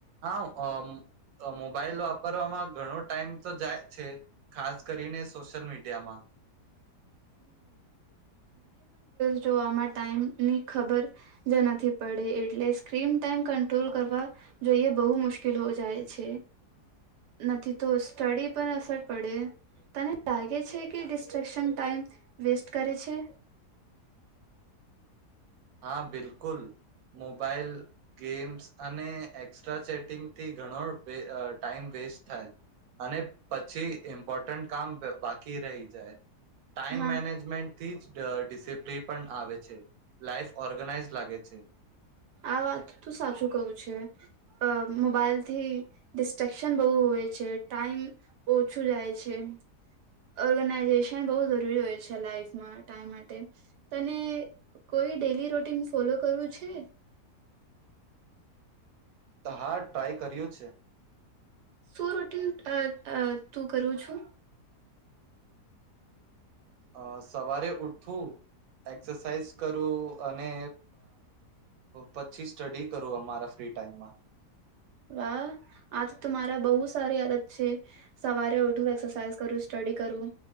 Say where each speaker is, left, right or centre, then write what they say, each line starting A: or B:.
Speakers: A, on the right; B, on the right.
A: હા મોબાઈલ વાપરવામાં ઘણો ટાઈમ તો જાય છે ખાસ કરીને સોશિયલ મીડિયામાં
B: જો આમાં ટાઈમ ની ખબર નથી પડે એટલે સ્ક્રીન ટાઈમ કટ્રોલ કરવા જોઈએ બહુ મુશ્કેલ હો જાય છે નથી તો સ્ટડી પર અસર પડે તને લાગે છે કે ડિસ્ટ્રેક્શન ટાઈમ વેસ્ટ કરે છે
A: હા બિલકુલ મોબાઈલ ગેમ્સ અને એક્સ્ટસ્ટ્રા ચેટિંગથી ઘણો ટાઈમ વેસ્ટ થાય અને પછી ઇમ્પોર્ટ કામ બાકી રહી જાય ટાઈમ
B: હા
A: મેનેજમેન્ટ થી જ ડિસિપ્લિન પણ આવે છે લાઈફ ઓર્ગનાઈઝ લાગે છે
B: આ વાત તો સાચું કવું છે અ મોબાઈલથી ડિસ્ટક્શન બહુ હોય છે ટાઈમ ઓછું જાય છે ઓર્ગેનાઇઝેશન બહુ જરૂરી હોય છે લાાઈફમાં ટાઈમ માટે તને કોઈ ડેલી રૂટીન ફોલો કરવું છે
A: તો હા ટ્રાય કર્યું છે
B: શું રોટીન તું કરું છું
A: અ સવારે ઉઠવું એક્સરસાાઈઝ કરું અને પછી સ્ટડી કરું અમારા ફ્રી ટાઈમમાં
B: વાહ આ તો મારા બહુ સારી આદત છે સવારે ઉઠવું એક્સરસાઇઝ કરું સ્ટડી કરવું